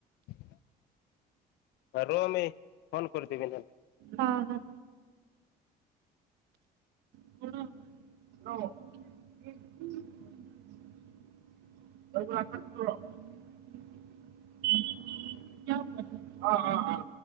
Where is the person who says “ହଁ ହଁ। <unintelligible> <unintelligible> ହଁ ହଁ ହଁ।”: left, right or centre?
Right